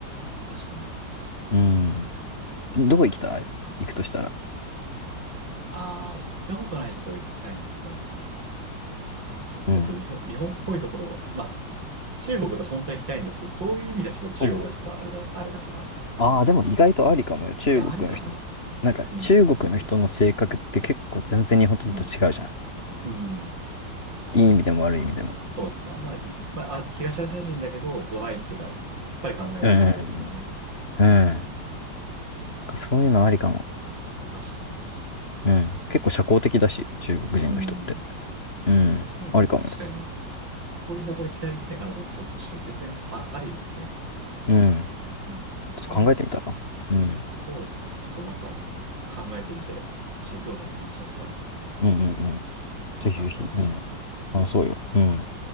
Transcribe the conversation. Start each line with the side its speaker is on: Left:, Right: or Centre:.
Right: 確かに。
Left: うん。どこ行きたい行くとしたら。
Right: ああ、行ったことないところ行きたいんですよね。もうちょっと日本、
Left: うん。
Right: 日本っぽいところ、まあ、中国で本当は行きたいんですけど、そういう意味ではちょっと中国がちょっとあれだ、
Left: おう
Right: あれだから。
Left: ああー、
Right: あ、
Left: でも意外とありかもよ。中国の人。
Right: いや、ありかな。
Left: なんか中国の人の性格って結構全然日本人と違うじゃ
Right: うん、うん、うん。
Left: ん。いい意味でも悪い意味でも。
Right: そうですね。まあ、いっぱい、まあ、あ東アジア人だけど、ドライっていうか、きっぱり考えることありますよね。
Left: うん。うん。なんかそういうのありかも。
Right: 確かに。
Left: うん。結構社交的だし、中国人の人って。
Right: うん。
Left: うん。
Right: 向こうに、
Left: ありかもよ。
Right: 確かにね、そういう方向で期待できないかなと思うんですけど、確かに全然、あ、ありですね。
Left: うん。
Right: うんあ
Left: ちょっと考えてみたら。うん。
Right: そうですね。ちょっとまた、ちょっと考えてみて、もし興味のあった話だったら、ちょっとぜひ、
Left: うんうんうん。
Right: またお話ししますね。
Left: ぜひぜひ。うん。あ、そうよ。うん。